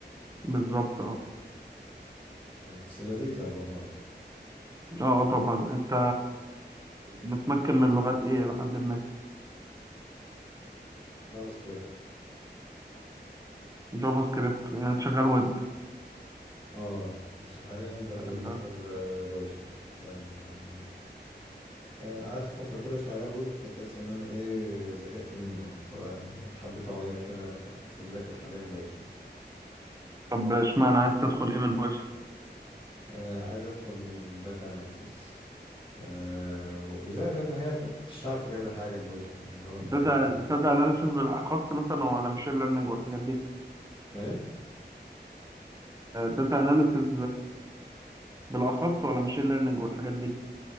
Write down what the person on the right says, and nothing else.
بالظبط اه
اه آه طبعا انت متمكن من لغات ايه لحد ما
جافا سكريبت يعني شغال ويب
آه.
طب اشمعنى عايز تدخل ايه من البايثون
داتا
داتا اناليسيس بالاخص مثلا ولا ماشين ليرنينج والحاجات دي
داتا اناليسيس بالاخص ولا ماشين ليرنينج والحاجات دي